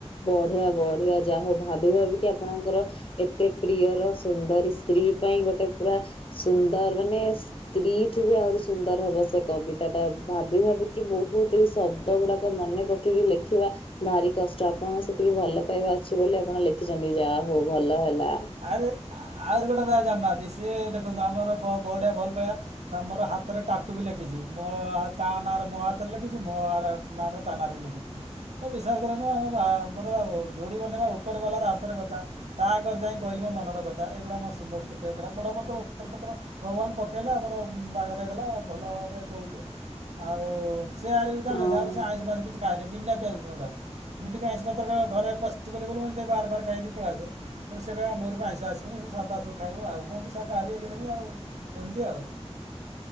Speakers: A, on the left (about 55°); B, on the right (about 85°).
A: ବଢିଆ ବଢିଆ ଯାହା ହଉ ଭାବି ଭାବିକି ଆପଣଙ୍କର ଏତେ ପ୍ରିୟର ସୁନ୍ଦରୀ ସ୍ତ୍ରୀ ପାଇଁ ଗୋଟେ ପୁରା ସୁନ୍ଦର ମାନେ ସ୍ତ୍ରୀଠୁ ବି ଆହୁରି ସୁନ୍ଦର ହବ ସେ କବିତା ଟା ଭାବି ଭାବିକି ବହୁତ ଏଇ ଶବ୍ଦ ଗୁଡାକ ମନେ ପ କେଇକି ଲେଖିବା ଭାରି କଷ୍ଟ ଆପଣଙ୍କ ସେତିକି ଭଲ ପାଇବା ଅଛି ବୋଲି ଆପଣ ଲେଖିଛନ୍ତି ଯାହା ହଉ ଭଲ ହେଲା।
B: ଆରେ ଆହୁରି ଗୋଟେ ର ଜାଣିନାହାନ୍ତି ସିଏ ଦେଖନ୍ତୁ ଆମର ବ ବଡିଆ ଭଲ ପାଇବା। ତା ମୋଡ ହାତରେ ଟାଟୁ ବି ଲେଖିଛି ମୋ ହା ତା ନାଁର ମୋ ହାତରେ ଲେଖିଛି ମୋ ଆର ନାରେ ତା ନାରେ ଲେଖିଚି। ତ ବିଶ୍ୱାସ କରିବନି ଆମ ବାହା ଆମର ଯୋଡ଼ି ବନେଇବା ଉପରେ ବାଲା ର ହାତରେ କଥା ତାକରେ ଯାଇ କହିଲି ମୋ ମନର କଥା ଏ ଭଳିଆ ମୋ ସୁନ୍ଦର ସ୍ତ୍ରୀ ଟେ ଥିଲା ବରପତ୍ର ଓସ୍ତପତ୍ର ଭଗବାନ ପକେଇଲେ ଆମର ବାହାଘର ହେଇଗଲା ଭଲରେ ଚଳୁଚୁ। ଆଉ ସିଆଡେବି ତାର
A: ହଁ।
B: ଯାହା ହଉ ସେ ଆଇଁଷ ଫାଇଁଷ କିଛି ଖାନି ବିନା ପିଆଜ ରସୁଣ ଖାଏ। ମୁଁ ଟିକେ ଆଇଁଷ ପତ୍ର ଘରେ ପଶିିବନି ବୋଲି ମୁଁ ଟିକେ ବାରେ ଫାହାରେ ଖାଇଦେଇ ପଳି ଆସେ। କେବେ ଆମ ଘରକୁ ଆଇଁଷ ଆସିବନି ସାଧା ସବୁ ଖାଇବୁ ଆଉ ମୁଁ ବି ଶାକାହାରୀ ହେଇଗଲେଣି ଆଉ ଏମିତି ଆଉ